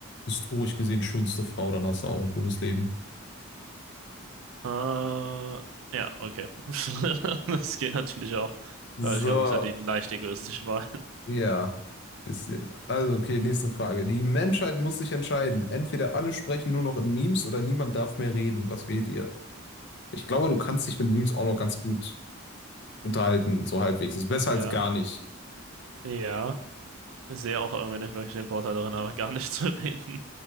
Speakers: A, on the left; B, on the right.
A: historisch gesehen schönste Frau, dann hast du auch ein cooles Leben.
B: Äh, ja, okay. <laughs> Das geht natürlich auch.
A: So,
B: Aber ich glaube, das hat die leicht egoistische Wahl. <laughs>
A: ja, bisschen. Also, okay, nächste Frage. Die Menschheit muss sich entscheiden. Entweder alle sprechen nur noch in Memes oder niemand darf mehr reden. Was wählt ihr? Ich glaube, du kannst dich mit Memes auch noch ganz gut unterhalten, so halbwegs. Ist besser
B: Ja.
A: als gar nicht.
B: Ja. Ich sehe auch irgendwie nicht wirklich den Vorteil darin, einfach gar nicht <laughs> zu reden.